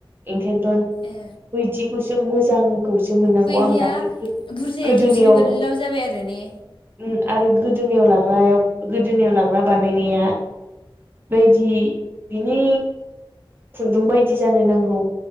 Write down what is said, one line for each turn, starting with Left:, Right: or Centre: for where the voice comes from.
Right: ओंखायनोथ'
Left: ए
Right: बैदिखौसो मोजां खौसो मोननांगौ
Left: बैदिया
Right: आं दाख्लै गो-गोदोनायाव
Left: बुरजाया खेबसेनो गोलाव जाबाय आरो ने
Right: ओम आरो गो दोनायाव लाग्रायाव गोदोनायाव लाग्रा बानायनाया। बायदि बिनि खुन्दुं बायदि जानो नांगौ।